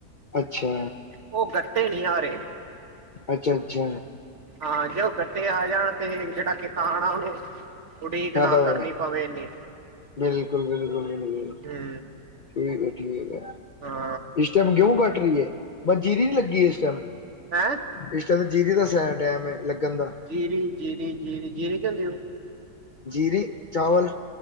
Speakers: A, on the left; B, on the right.
A: ਅੱਛਾ
B: ਓ ਗੱਟੇ ਨੀ ਆ ਰੇ।
A: ਅੱਛਾ, ਅੱਛਾ।
B: ਹਾਂ ਜੇ ਉਹ ਗੱਟੇ ਆ ਜਾਣ ਤੇ, ਜੜਾ ਕਿਸਾਨ ਆ ਓਨੂੰ ਉਡੀਕ
A: ਫ਼ਾਇਦਾ
B: ਨਾ
A: ਹੋਇਆ
B: ਕਰਨੀ ਪਵੇ ਏਨੀ।
A: ਬਿਲਕੁਲ, ਬਿਲਕੁਲ, ਬਿਲਕੁਲ।
B: ਹੂੰ
A: ਠੀਕੇ, ਟੀਕੇ।
B: ਹਾਂ
A: ਚਮ ਕਿਉਂ ਕੱਟ ਰੀ ਏ? ਵਨਜੀਰੀ ਨੀ ਲੱਗੀ ਇਸ ਟਾਈਮ?
B: ਹੈਂ।
A: ਇਸ ਤਾਂ ਤੇ ਜੀਰੀ ਦਾ ਸ ਟੈਮ ਏ ਲੱਗਣ ਦਾ।
B: ਜੀਰੀ-ਜੀਰੀ, ਜੀਰੀ-ਜੀਰੀ ਕਹਿੰਦੇ ਹੋ?
A: ਜੀਰੀ, ਚਾਵਲ।